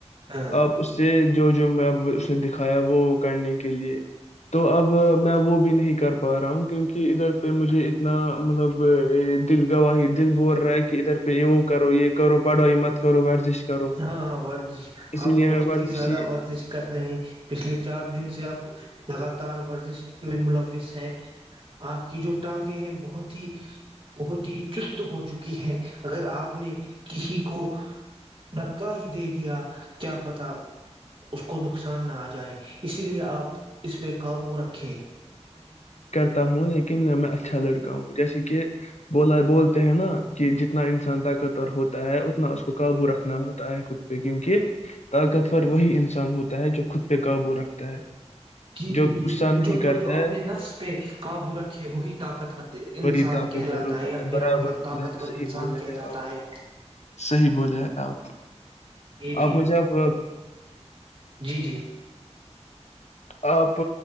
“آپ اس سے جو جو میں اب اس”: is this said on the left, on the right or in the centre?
Left